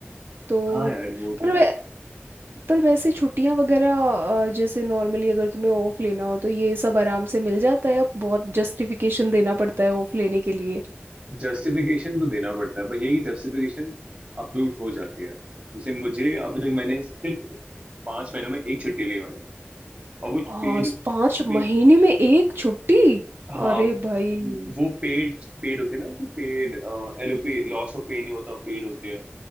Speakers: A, on the right; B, on the right.
A: तो
B: हाँ यार वो
A: पर
B: तो है
A: वे- पर वैसे छुट्टियां वगैरह अ, जैसे नॉर्मली अगर तुम्हें ऑफ लेना हो तो ये सब आराम से मिल जाता है अब बहुत जस्टिफिकेशन देना पड़ता है ऑफ लेने के लिए
B: जस्टिफिकेशन तो देना पड़ता है पर ये कि जस्टिफिकेशन अप्रूव हो जाती है जैसे मुझे अब तक मैंने सिर्फ पांच महीनों में एक छुट्टी ली है मैंने और वो
A: और
B: पेड
A: पांच महीने
B: पेड
A: में एक छुट्टी
B: हाँ
A: अरे भाई
B: वो पेड पेड होती है ना कि paid एलओपी loss of pay नहीं होता पेड होती है